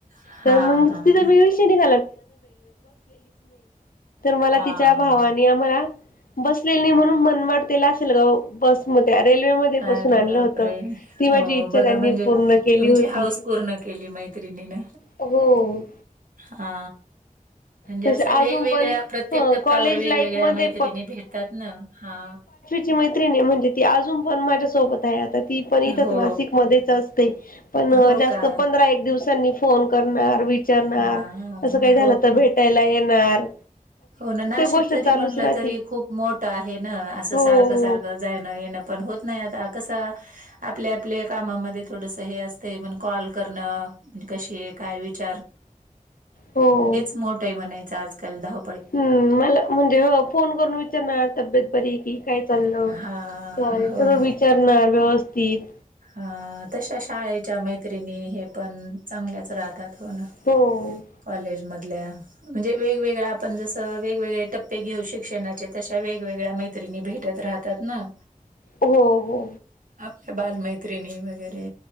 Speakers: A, on the right; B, on the left.
A: हा
B: तर मग
A: हा
B: तिथं
A: हा
B: मळ <inaudible> बला
A: हा
B: <inaudible> <inaudible> मला बसले नाही म्हणून मन मटतेला असेल <inaudible> ग बसमध्ये रेल्वेमध्ये बसून
A: अरे
B: आणलं
A: बापरे
B: होत ती माझी
A: हो
B: इच्छा
A: बघा
B: त्यांनी
A: म्हणजे
B: पूर्ण केली
A: तुमची
B: होती.
A: हाऊस पूर्ण केली मैत्रिणी ना
B: हो
A: हा. म्हणजे,
B: तसे
A: असं वेगवेगळ्या
B: अजून पण
A: प्रत्येक
B: ह
A: टप्प्यावर
B: कॉलेज
A: वेगवेगळ्या
B: लाईफ मध्ये
A: मैत्रिणी भेटतात ना हा.
B: <inaudible> मैति म्हणजे ती अजून पण माझ्या सोबत आहे आता ती पण इथच
A: हो.
B: नाशिक ममध्येच असते. पण
A: हो
B: जास्त
A: का?
B: पंधरा एक दिवसांनी फोन करणार, विचारणार
A: हां.
B: अससं काही झालं
A: हो
B: तर
A: की.
B: भेट त्याला येणार.
A: हो ना, नाशिक
B: गोष्ट
A: तरी
B: चालूच
A: म्हणलं
B: राहते
A: तरी खूप मोठं आहे ना. असं
B: हो
A: सारखं सारखं जाण येणं पण होत नाही आता कसं. आपल्या आपल्या कामामध्ये थोडस हे असत पण कॉल करणं म्हणजे कशी एक <inaudible> काणच
B: हो
A: मो <inaudible> म्ह
B: हम्म.. मला म्हणजे, हो. फोन करून विचारणार तब्येत बरी की काय चाललं
A: हां.
B: काय
A: हो
B: सगळं
A: ना.
B: विचारणार व्यवस्थ तीन.
A: अ तशा शाळेच्या मैत्रिणी हे पण चांगल्याच राहतात होनं.
B: <inaudible> होन
A: कॉलेजमधल्या. म्हणजे वेगवेगळ आपण जसं, वेगवेगळे टप्पे घेऊ शिक्षणाचे तशा वेगवेगळ्या मैत्रिणी भेटत राहत. त्याात ना
B: हो. हो.
A: आपल्या बालमैत्रिणी वगैरे